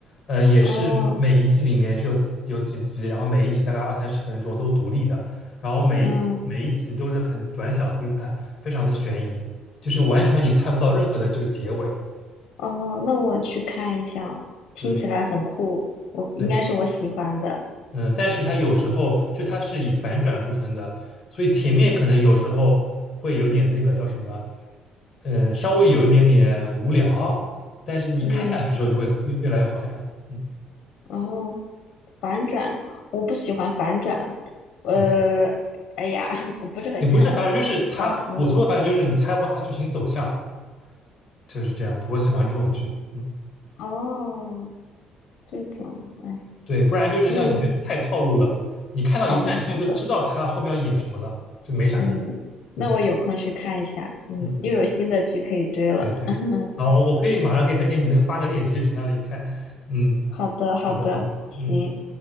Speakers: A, on the left; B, on the left.
A: 呃，也是每一季里面是有几有几集，
B: 哦，
A: 然后每一集大概二三十分钟都独立的，然后每一每一集都是很短小精悍，
B: 嗯，
A: 非常的悬疑，就是完全你猜不到任何的这个结尾。
B: 哦，那我去看一下，听起来很酷，
A: 对
B: 我应该是我喜欢的，
A: 对，嗯，呃但是它有时候就它是以反转著称的，所以前面可能有时候会有点那个叫什么，呃，稍微有一点点无聊，但是你看下去之后就会越越来越好看。
B: 嗯，
A: 嗯
B: 哦。反转，我不喜欢反转。呃，
A: 嗯，
B: 哎呀，<laughs> 我不是很喜欢
A: 也不是反正就是它，
B: 搞，嗯，
A: 我说的反正就是你猜不到它剧情走向，就是这样子。我喜欢这种剧，嗯，
B: 哦，这种，哎，
A: 对，不然就是像有些人太套路了，
B: 你有，
A: 你看到一半其实都知道它后面要演什么了，
B: 好的，好的，
A: 就没啥意思。
B: 嗯，那我有空去看一下，
A: 嗯
B: 嗯，
A: 嗯。
B: 又有新的剧可以追了。
A: 对对，
B: <laughs>
A: 好，我可以马上给再给你那个发个链接去那里看。嗯，
B: 好的，好的，
A: 好的好的，
B: 行。
A: 嗯。